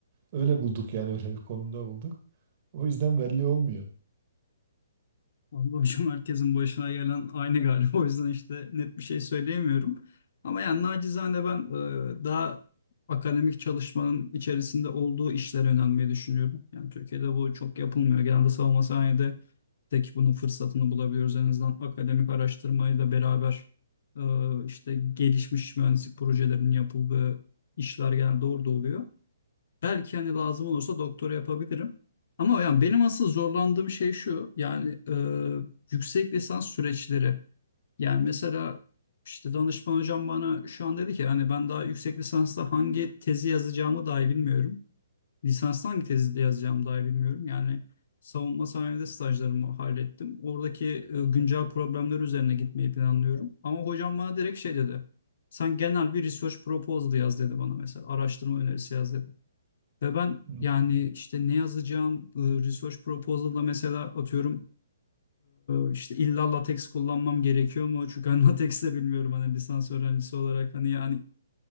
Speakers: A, on the right; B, on the left.
A: Öyle bulduk yani öyle bir konumda bulduk. O yüzden belli olmuyor.
B: Vallahi hocam herkesin başına gelen aynı galiba. O yüzden işte net bir şey söyleyemiyorum. Ama yani nacizane ben e, daha akademik çalışmanın içerisinde olduğu işlere önemli düşünüyorum. Yani Türkiye'de bu çok yapılmıyor. Genelde savunma sanayide tek bunun fırsatını bulabiliyoruz. En azından akademik araştırmayla beraber e, işte gelişmiş mühendislik projelerinin yapıldığı işler genelde orada oluyor. Belki hani lazım olursa doktora yapabilirim. Ama yani benim asıl zorlandığım şey şu. Yani e, yüksek lisans süreçleri. Yani mesela işte danışman hocam bana şu an dedi ki hani ben daha yüksek lisansta hangi tezi yazacağımı dahi bilmiyorum. Lisansta hangi tezi de yazacağımı dahi bilmiyorum. Yani savunma sanayide stajlarımı hallettim. Oradaki e, güncel problemler üzerine gitmeyi planlıyorum. Ama hocam bana direkt şey dedi. Sen genel bir research proposal yaz dedi bana mesela. Araştırma önerisi yaz dedi. Ve ben
A: Hmm.
B: yani işte ne yazacağım, e, research proposal'da mesela atıyorum e, işte illa latex kullanmam gerekiyor mu? Çünkü ben <laughs> latex de bilmiyorum hani lisans öğrencisi olarak hani yani